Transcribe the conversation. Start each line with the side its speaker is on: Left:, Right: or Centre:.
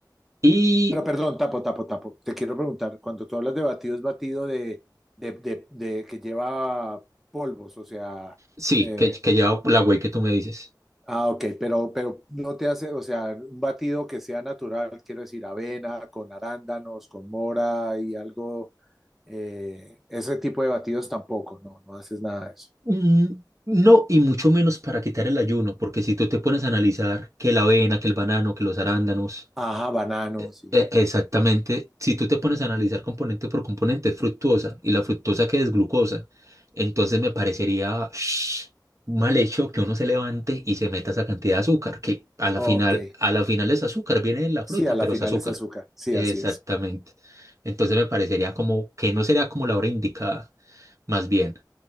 Right: Y
Centre: Pero perdón, tapo, tapo, tapo, te quiero preguntar, cuando tú hablas de batido, ¿es batido de, de, de, de que lleva polvos, o sea,
Right: sí,
Centre: eh,
Right: que, que lleva la whey que tú me dices.
Centre: Ah, ok, pero, pero no te hace, o sea, un batido que sea natural, quiero decir, avena, con arándanos, con mora y algo, eh, ese tipo de batidos tampoco, no, no haces nada de eso.
Right: Mm, No, y mucho menos para quitar el ayuno, porque si tú te pones a analizar que la avena, que el banano, que los arándanos,
Centre: Ajá, banano,
Right: E-
Centre: sí.
Right: e, Exactamente, si tú te pones a analizar componente por componente, es fructuosa y la fructosa que es glucosa, entonces me parecería shh, mal hecho que uno se levante y se meta esa cantidad de azúcar, que a la
Centre: Ok,
Right: final, a la final es azúcar, viene de la
Centre: sí,
Right: fruta,
Centre: a la
Right: pero
Centre: final
Right: es azúcar.
Centre: es azúcar, sí,
Right: Exactamente.
Centre: así es.
Right: Entonces me parecería como que no sería como la hora indicada, más bien.